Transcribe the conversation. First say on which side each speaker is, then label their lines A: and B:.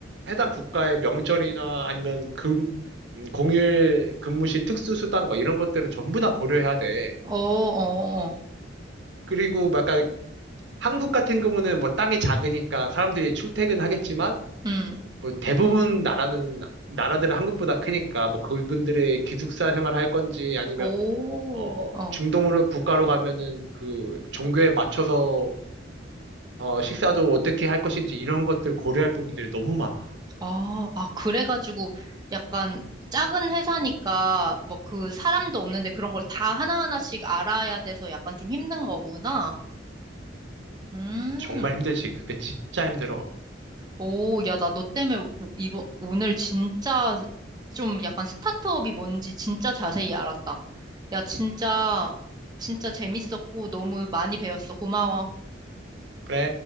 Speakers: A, on the right; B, on the right.
A: 해당 국가의 명절이나 아니면 금, 음, 공휴일 근무 시 특수수당 막 이런 것들을 전부 다 고려해야 돼.
B: 어, 어, 어,
A: 그리고 막 약간 한국 같은 경우는 뭐 땅이 작으니까 사람들이 출퇴근하겠지만
B: 음,
A: 뭐 대부분 나라는 나라들은 한국보다 크니까 뭐 그분들의 기숙사 생활을 할 건지 아니면
B: 오,
A: 어
B: 어,
A: 중동으로 국가로 가면은 그 종교에 맞춰서 어 식사도 어떻게 할 것인지 이런 것들 고려할 부분들이 너무 많아.
B: 아, 아, 그래가지고 약간 작은 회사니까 뭐 그 사람도 없는데 그런 걸 다 하나하나씩 알아야 돼서 약간 좀 힘든 거구나. 음.
A: 정말 힘들지. 그게 진짜 힘들어.
B: 오, 야, 나 너 때문에 오- 이번, 오늘 진짜 좀 약간 스타트업이 뭔지 진짜 자세히 알았다. 야, 진짜, 진짜 재밌었고 너무 많이 배웠어. 고마워.
A: 그래